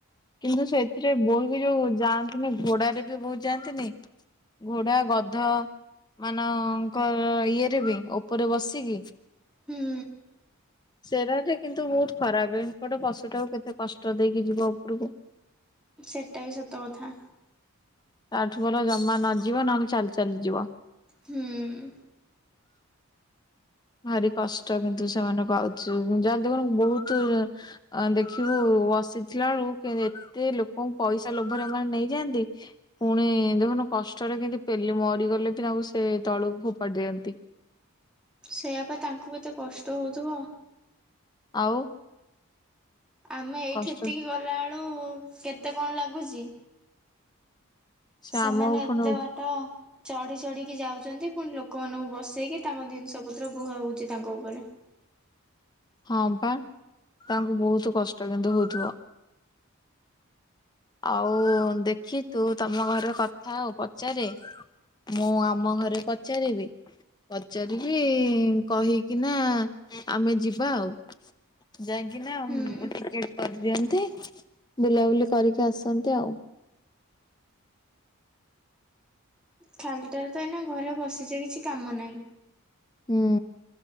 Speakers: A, on the left; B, in the centre.
A: କିନ୍ତୁ ସେଥିରେ ବୋହି ବି ଯୋଉ ଯାଆନ୍ତିନି ଘୋଡାରେ ବି ବୋହୁ ଯାଆନ୍ତିନି ଘୋଡା ଗଧ ମାନଙ୍କର ଇଏରେ ବି ଉପରେ ବସିକି
B: ହୁଁ
A: ସେରାରେ କିନ୍ତୁ ବହୁତ ଖରାପ ଏ ଗୋଟେ ପଶୁଟାକୁ କେତେ? କଷ୍ଟ ଦେଇକି ଯିବା ଉପରକୁ
B: ସେଟା ବି ସତକଥା
A: ତାଠୁ ପଲ ଜମା ନଯିବ ନହେଲେ ଚାଲି ଚାଲି ଯିବ।
B: ହୁଁ
A: ଭାରି କଷ୍ଟ କିନ୍ତୁ ସେମାନଙ୍କୁ ଆଉଛି ଯା ଦେଖନୁ ବହୁତ ଦେଖିବୁ ବସିଥିଲା ବେଳକୁ ଏତେ ଲୋକଙ୍କୁ ପଇସା ଲୋଭରେ ମମାନୋନ ନେଇଯାଆନ୍ତି ପୁଣି ଦେଖୁନୁ କଷ୍ଟରେ କିନ୍ତୁ ପେଲି ମରିଗଲେ ବି ତାଙ୍କୁ ସେ ତଳକୁ ଫୋପାଡ଼ି ଦିଅନ୍ତି।
B: ସେଇଆ ପାଇଁ ତାଙ୍କୁ କେତେ କଷ୍ଟ ହଉଥିବ।
A: ଆଉ
B: ଆମେ ଏଇଠି
A: କଷ୍ଟ
B: ଏତିକି ଗଲାବେଳୁ କେତେ କଣ ଲାଗୁ ପାବୁଜି
A: ସେ
B: ସେମାନେ
A: ଆମ ପୁଣି
B: ଏତେ ବାଟ ଚଢି ଚଢିକି ଯାଉଛନ୍ତି। ପୁଣି ଲୋକମାନଙ୍କୁ ବସେଇକି ତାଙ୍କ ଜିନିଷ ପତ୍ର ବୁହା ହେଉଛି ତାଙ୍କ ଉପରେ
A: ହଁ ବା ତାଙ୍କୁ ବହୁତ କଷ୍ଟ କିନ୍ତୁ ହଉଥିବ ଆଉ ଦେଖି ତୁ ତମ ଘରେ କଥା ଆଉ ପଚାରେ ମୁଁ ଆମ ଘରେ ପଚାରିବି ପଚାରିକି କହିକି ନା ଆମେ ଯ ବା ଆଉ ଯାଇକି ନା ଏ
B: ହୁଁ।
A: କରିଦିଅନ୍ତି ବୁଲାବୁଲି କରିକି ଆସନ୍ତି ଆଉ।
B: ଖାଲିଟାରେ ତ ଏଇନା ଘରେ ବସିଛ କିଛି କାମ ନାହିଁ।
A: ହୁଁ